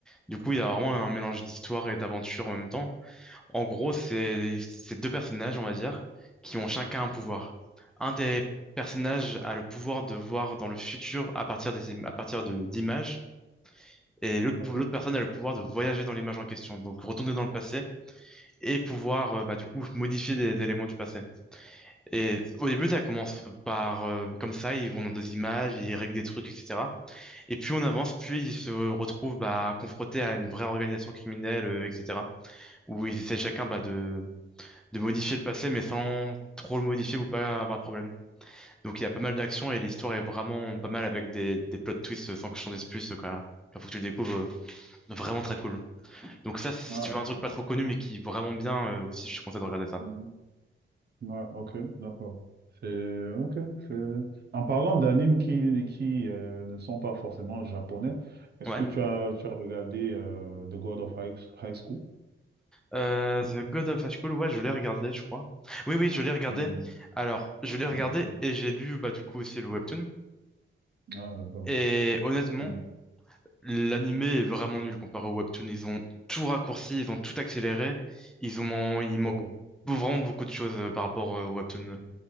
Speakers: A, in the centre; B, on the right.
A: Du coup, il y a vraiment un mélange d'histoire et d'aventure en même temps. En gros, c'est c'est deux personnages, on va dire, qui ont chacun un pouvoir. Un des personnages a le pouvoir de voir dans le futur à partir des im- à partir de d'images. Et l'autre
B: Ok.
A: pou- l'autre personne a le pouvoir de voyager dans l'image en question, donc retourner dans le passé et pouvoir euh, bah, du coup modifier des éléments du passé. Et au début, ça commence par euh, comme ça, ils vont dans des images, ils règlent des trucs, etc. Et plus on avance, plus ils se retrouvent bah, confrontés à une vraie organisation criminelle, euh, etc. Où ils essaient chacun bah, de, de modifier le passé, mais sans trop le modifier ou pas avoir de problème. Donc il y a pas mal d'actions et l'histoire est vraiment pas mal avec des, des plots twists sans que je t'en dise plus. Donc, euh, il faut que tu le découvres, euh, vraiment très cool. Donc ça, si
B: Ouais,
A: tu
B: d'accord.
A: veux un truc pas trop connu, mais qui est vraiment bien, euh, aussi, je te conseille de regarder ça.
B: Mhm. Ouais, ok, d'accord. C'est ok. c'est- En parlant d'animes qui, qui euh, ne sont pas forcément japonais, est-ce
A: Ouais.
B: que tu as, tu as regardé euh, The God of High, High School?
A: Euh, The God of High School, ouais, je l'ai regardé, je crois. Oui, oui, je l'ai regardé.
B: Ouais, ouais,
A: Alors, je l'ai regardé
B: ouais.
A: et j'ai lu, bah, du coup, aussi le webtoon.
B: Ah, d'accord.
A: Et honnêtement,
B: Hmm.
A: l'anime est vraiment nul comparé au webtoon. Ils ont tout raccourci, ils ont tout accéléré. Ils ont, il manque
B: Oh,
A: vraiment beaucoup de choses euh, par rapport euh, au webtoon.